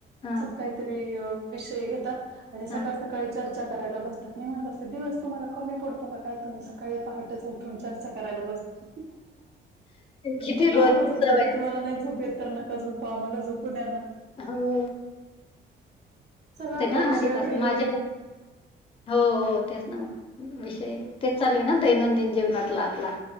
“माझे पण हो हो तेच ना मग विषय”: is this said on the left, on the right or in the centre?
Left